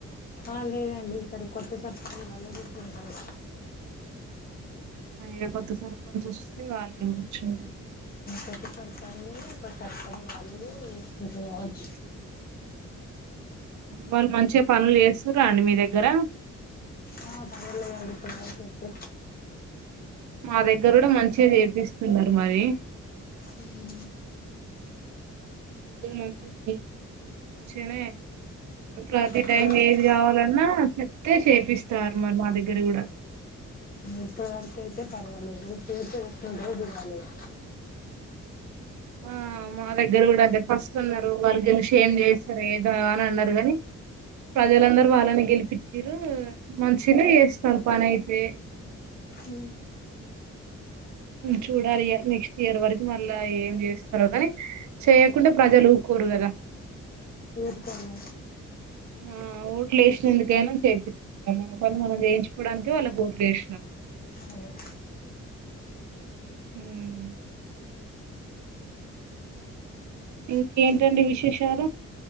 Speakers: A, on the left; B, on the right.
A: ఆ లేదండి ఈ సారి కొత్త సర్పంచ్ వాళ్లే కూర్చుంటారు
B: ఏ కొత్త సర్పంచ్ వస్తే వాళ్ళే కూర్చుం
A: కొత్త సర్పంచు ఉపసర్పంచ్ వాళ్ళు కూర్చుంటారు కావచ్చు
B: వాళ్ళు మంచిగా పనులు చేస్తుర్రా అండి మీ దగ్గర
A: ఆ పర్వలేదు అండి ఇప్పటివరకు అయితే
B: మా దగ్గర కూడా మంచిగా చేపిస్తున్నారు మరి
A: ఉమ్
B: ఇద్దరు మంచిగా మంచిగానే ప్రతి
A: ఇప్పటి
B: టైం
A: వరకు
B: ఏది కావాలన్నా చెప్తే చేపిస్తారు మరి మా దగ్గర కూడా
A: ఇప్పటివరకు అయితే పర్వాలేదు చేసేది ఎట్లుంటదో చూడాలి ఇగ
B: ఆ మా దగ్గర కూడా అంతే ఫస్ట్ ఉన్నారు వాళ్లు గెలిసి ఏం చేస్తారు ఏదో అని అన్నారు కాని ప్రజలందరు వాళ్ళనీ గెలిపించిర్రు మచిగానే చేస్తారు పని అయితే
A: ఉమ్
B: చూడాలి నెక్స్ట్ ఇయర్ వరకు మళ్ళా ఏం చేస్తారో కాని చెయ్యకుంటే ప్రజలు ఊకోరు కదా
A: ఊరు కోరె
B: మ్ ఓట్లు ఏశ్నందుకైనా చేయించుకోవాలె పని మనం చేయించుకోవడానికి వాళ్ళకి ఓట్లు ఏశినం
A: అవును
B: మ్ ఇంకేంటండి విశేషాలు